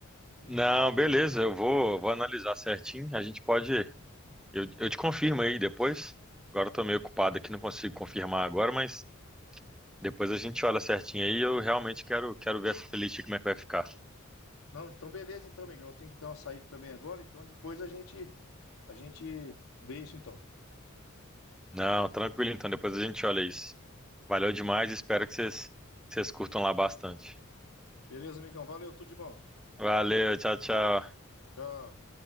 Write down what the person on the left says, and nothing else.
E...
Não, então beleza, então, amigão. Eu tenho que dar uma saída também agora. Então, depois a gente a gente vê isso, então.
Beleza, amigão. Valeu, tudo de bom.
Tchau.